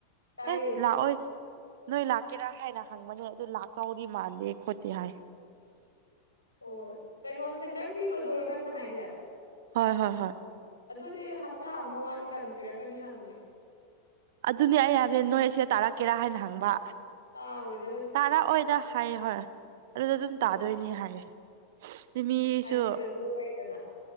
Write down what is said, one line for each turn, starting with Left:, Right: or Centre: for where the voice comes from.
Left: ꯇꯥꯏꯌꯦ
Right: ꯑꯦ ꯂꯥꯛꯑꯣꯏ ꯅꯣꯏ ꯂꯥꯛꯀꯦꯔꯥ ꯍꯥꯏꯅ ꯍꯪꯕꯅꯦ ꯑꯗꯨ ꯂꯛ ꯇꯧꯗꯤ ꯃꯥꯜꯂꯦ ꯈꯣꯠꯇꯦ ꯍꯥꯏ
Left: ꯍꯣꯏ ꯀꯩꯅꯣ ꯁꯦꯟꯇꯔ ꯄꯤꯕꯗꯨꯔꯣ ꯅꯪꯅ ꯍꯥꯏꯁꯦ
Right: ꯍꯣꯏ ꯍꯣꯏ ꯍꯣꯏ
Left: ꯑꯗꯨꯗꯤ ꯍꯞꯇꯥ ꯑꯃ ꯋꯥꯠꯂꯤꯀꯥꯟꯗ ꯄꯤꯔꯛꯀꯅꯤ ꯍꯥꯏꯕꯅꯦ
Right: ꯑꯗꯨꯅꯦ ꯑꯩ <unintelligible> ꯅꯣꯏ ꯑꯁꯦ ꯇꯥꯔꯛꯀꯦꯔꯥ ꯍꯥꯏꯅ ꯍꯪꯕ
Left: ꯇꯥꯔꯣꯏꯗ ꯀꯩꯁꯨ
Right: ꯇꯥꯔꯛꯑꯣꯏꯗ ꯍꯥꯏꯑꯦ ꯍꯣꯏ ꯑꯗꯨꯗ ꯑꯗꯨꯝ
Left: ꯑꯗꯨꯅꯤ
Right: ꯇꯥꯗꯣꯏꯅꯤ ꯍꯥꯏꯌꯦ <unintelligible> ꯃꯤꯁꯨ
Left: ꯍꯥꯏꯗꯤ ꯁꯤꯗꯁꯨ ꯂꯩꯗꯅ